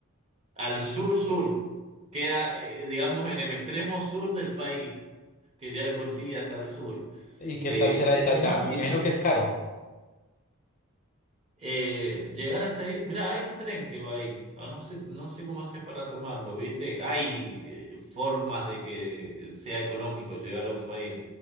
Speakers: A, on the right; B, on the left.
A: Al sur-sur. Queda, eh, digamos, en el extremo sur del país. que ya de por sí hasta el sur.
B: ¿Y qué
A: Eh,
B: tal será
A: eh,
B: ir allá?
A: es más,
B: Me
A: si,
B: imagino que es caro.
A: eh, llegar hasta ahí, mira, hay un tren que va ahí. Ah, No sé, no sé cómo haces para tomarlo, ¿viste? Hay eh, formas de que sea económico llegar a Ushuaia,